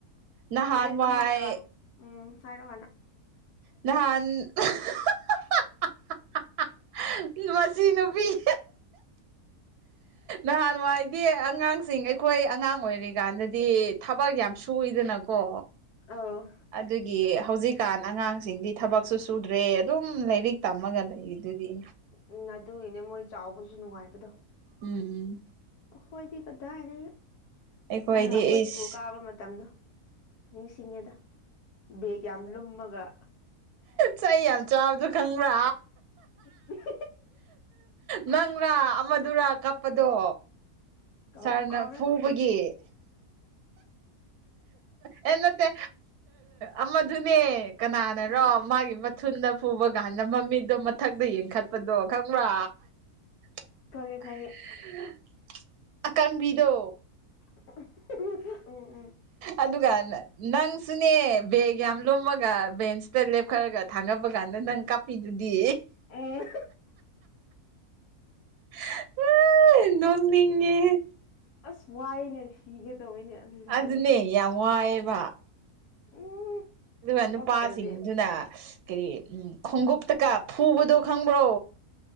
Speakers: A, on the right; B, on the left.
A: ꯅꯍꯥꯟꯋꯥꯏ
B: ꯕ꯭ꯔꯦꯗ ꯑꯃꯒ ꯎꯝ ꯍꯥꯏꯔꯣ ꯍꯥꯟꯅ
A: ꯅꯍꯥꯟ <unintelligible> <unintelligible> ꯃꯁꯤ ꯅꯨꯨꯄꯤ <unintelligible> ꯅꯍꯥꯟ ꯋꯥꯏꯗꯤ ꯑꯉꯥꯡꯁꯤꯡ ꯑꯩꯈꯣꯏ ꯑꯉꯥꯡ ꯑꯣꯏꯔꯤꯀꯥꯟꯗꯗꯤ ꯊꯕꯛ ꯌꯥꯝ ꯁꯨꯏꯋꯤꯗꯅꯀꯣ
B: ꯑ
A: ꯑꯗꯨꯒꯤ ꯍꯧꯖꯤꯛꯀꯥꯟ ꯑꯉꯥꯡꯁꯤꯡꯗꯤ ꯊꯕꯛꯁꯨ ꯁꯨꯗ꯭ꯔꯦ ꯑꯗꯨꯝ ꯂꯥꯏꯔꯤꯛ ꯇꯝꯃꯒ ꯂꯩꯔꯤꯗꯨꯗꯤ
B: ꯎꯝ ꯅꯗꯨꯒꯤꯅꯦ ꯃꯣꯏ ꯆꯥꯎꯕꯁꯨ ꯅꯨꯡꯉꯥꯏꯕꯗꯣ
A: ꯎꯝ ꯎꯝ
B: ꯈꯣꯏꯗꯤ ꯀꯗꯥꯏꯗꯩ
A: ꯑꯩꯈꯣꯏꯗꯤ
B: ꯑꯩꯈꯣꯏ
A: ꯏꯁ
B: ꯁ꯭ꯀꯨꯜ ꯀꯥꯕ ꯃꯇꯝꯗꯣ ꯅꯤꯡꯁꯤꯡꯉꯦꯗ ꯕꯦꯒ ꯌꯥꯝ ꯂꯨꯝꯃꯒ
A: ꯆꯩ ꯌꯥꯝ ꯆꯥꯕꯗꯣ ꯈꯪꯕ꯭ꯔꯥ
B: <unintelligible>
A: ꯅꯪꯔꯥ ꯑꯃꯗꯨꯔ ꯀꯞ ꯄꯗꯣ
B: ꯀꯥꯎꯕꯨ
A: ꯁꯥꯔꯅ
B: ꯀꯥꯎꯔꯦꯗ
A: ꯐꯨꯕꯒꯤ ꯍꯦ ꯅꯠꯇꯦ ꯑꯃꯗꯨꯅꯦ ꯀꯅꯥꯅꯔꯣ
B: ꯑꯃ
A: ꯃꯥꯒꯤ ꯃꯠ ꯊꯨꯟꯗ ꯐꯨꯕꯒ ꯍꯟꯗ ꯃꯤꯗꯣ ꯃꯠ ꯃꯊꯛꯇ ꯌꯦꯡꯈꯠꯄꯗꯣ ꯈꯪꯕ꯭ꯔꯥ <unintelligible>
B: ꯈꯪꯉꯦ ꯈꯪꯉꯦ
A: ꯑꯀꯪꯕꯤꯗꯣ
B: <unintelligible> ꯎꯝ ꯎꯝ
A: ꯑꯗꯨꯒ ꯅꯪꯁꯨꯅꯦ ꯕꯦꯒ ꯌꯥꯝ ꯂꯨꯝꯃꯒ ꯕꯦꯟꯁꯇ ꯂꯦꯞꯈꯠꯂꯒ ꯊꯥꯒꯠꯕ ꯀꯥꯟꯗ ꯅꯪ ꯀꯞꯄꯤꯗꯨꯗꯤ
B: ꯑꯨꯝ
A: <unintelligible> ꯅꯣꯛꯅꯤꯡꯉꯦꯍꯦ
B: ꯑꯁ ꯋꯥꯏꯌꯦꯅꯦ ꯁꯤꯒꯦ ꯇꯧꯋꯦꯅꯦ ꯑꯜꯂꯦ
A: ꯑꯗꯨꯅꯦ ꯌꯥꯝ ꯋꯥꯏꯌꯦꯕ
B: ꯎꯝ
A: ꯗꯨꯃꯦ ꯅꯨꯄꯥꯁꯤꯡꯗꯨꯅ
B: ꯀꯞꯇ꯭ꯔꯗꯤ
A: ꯀꯔꯤ ꯎꯝ ꯈꯣꯡꯎꯞꯇꯀꯥ ꯐꯨꯕꯗꯣ ꯈꯪꯕ꯭ꯔꯣ